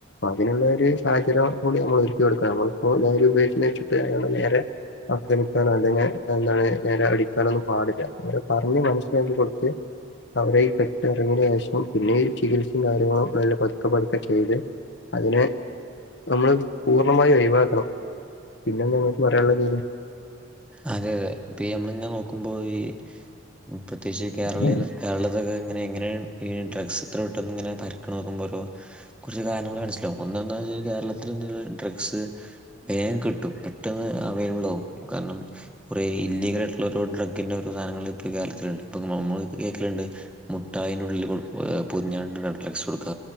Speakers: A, on the left (about 60°); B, in the centre.
A: അതിനുള്ളൊരു സാഹചര്യം കൂടി നമ്മൾ ഒരുക്കി കൊടുക്കണം നമ്മളിപ്പോ നേര് ഉപയോഗിച്ച് വെച്ചിട്ട് അല്ലാതെ നേരെ ആക്രമിക്കാനോ അല്ലെങ്ങ എന്താണ് നേരെ അടിക്കാനൊന്നും പാടില്ല. പറഞ്ഞ് മനസ്സിലാക്കി കൊടുത്ത് അവരെ കെട്ടിറങ്ങിയന് ശേഷം പിന്നെ ചികിത്സയും കാര്യങ്ങളും മെല്ലെ പതുക്കെ പതുക്കെ ചെയ്ത്. അതിനെ നമ്മള് പൂർണമായി ഒഴിവാക്കണം പിന്നെ നിങ്ങൾക്ക് പറയാനുള്ള തീയില്.
B: അതെ പിയമ് ഇങ്ങനെ നോക്കുമ്പോ ഈ മൂ പ്രത്യേകിച്ച് കേരള
A: ഉം
B: കേരളത്തിലൊക്കെ ഇങ്ങനെ എങ്ങനൊണ് ഈ ഡ്രഗ്സ്ത്ര പെട്ടൊന്ന് ഇങ്ങനെ പരിക്കണ് നോക്കുമ്പോഒരു കുറച്ച് കാര്യങ്ങൾ മനസ്സിലാവും ഒന്നന്താച്ചാൽ കേരളത്തിൽ ഒന്ന് ഡ്രഗ്സ്. വേമം കിട്ടും പെട്ടെന്ന് അവൈലബിൾ ആകും കാരണം. കുറേ ഇല്ലീഗല് ആയിട്ടുള്ള ഒരു ഡ്രഗ്ൻ്റെ ഓരോ സാധനങ്ങൾ ഇപ്പോ ഈ കേരളത്തിലുണ്ട് ഇപ്പ നമ്മൾ കേക്കലുണ്ട്. മുട്ടായിന്റെ ഉള്ളിൽ ഏ പൊതിഞ്ഞ്ക്കാണ്ട് കണ്ട്ലക്സ് കൊടുക്ക.